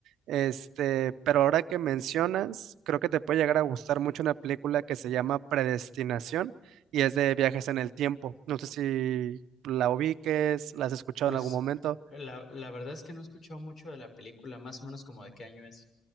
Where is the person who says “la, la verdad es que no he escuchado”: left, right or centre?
Left